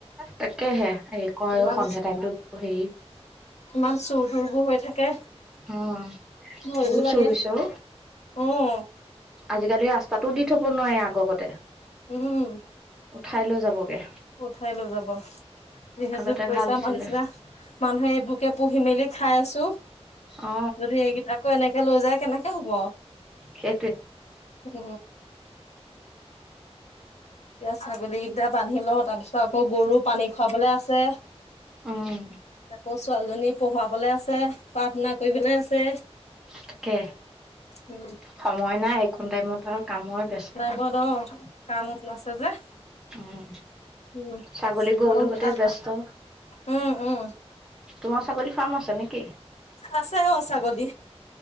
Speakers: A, in the centre; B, on the left (about 85°).
A: তাকেহে হেৰি কয়
B: কিমান
A: সন্ধিয়া টাইমতো হেৰি
B: ইমান চুৰ তুৰবোৰ হৈ থাকে
A: অ',
B: ভয়ো
A: বহুত
B: লাগে
A: চোৰ হৈছে
B: উম
A: আজিকালি ৰাস্তাতটো দি থব নোৱাৰে আগগতে
B: উম
A: উঠাই লৈ যাবগে
B: উঠাই লৈ যাব, যিহেতু
A: আগতে
B: পইচা
A: ভাল আছিলে
B: <unintelligible> মানুহে এইবোৰকে পুহি মেলি খাই আছো,
A: অ
B: যদি এইকেইটাক আকৌ, এনেকে লৈ যায় কেনেকে হব
A: সেইটোৱে
B: উম এ ছাগলী কেইটা বান্ধি লওঁ তাৰ পিছত আকৌ, গৰু পানী খুৱাবলৈ আছে
A: অ',
B: আকৌ ছোৱালী জনী পঢ়াবলৈ আছে, প্ৰাৰ্থনা কৰিবলৈ আছে
A: তাকে
B: উম
A: সময় নাই এইকন টাইমত আৰু কামই বেস্ত।
B: ন, কামত আছে যে।
A: উম,
B: উম
A: ছাগলী গৰু
B: আমাৰ
A: লগতে
B: আহ
A: ব্যস্ত।
B: উম উম
A: তোমাৰ ছাগলী ফাৰ্ম আছে নেকি।
B: আছো অ, ছাগলী।